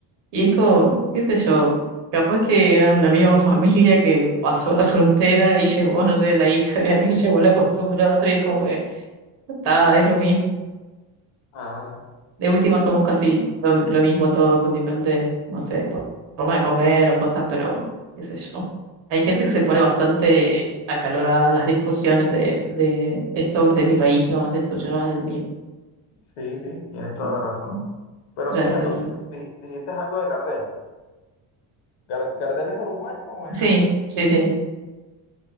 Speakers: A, on the right (about 60°); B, on the left (about 75°).
A: y es como, qué sé yo, capaz que eran una misma familia que pasó la frontera y llevó, no sé, la hija de alguien <laughs> llevó la costumbre a otro y es como que está, es lo mismo.
B: Ah,
A: De último
B: sí.
A: somos casi lo, lo mismo todo, con diferentes, no sé, po- formas de comer o cosas, pero qué sé yo. Hay gente que se pone bastante acalorada en las discusiones de, de esto es de mi país, no es del tuyo, no es del mío.
B: Sí, sí, tienes
A: <laughs>
B: toda la razón. Pero
A: Gracioso.
B: mira, lo que- dij- dijiste algo de Gardel. Gar- ¿Gardel es uruguayo o es
A: Sí,
B: argentino?
A: sí, sí.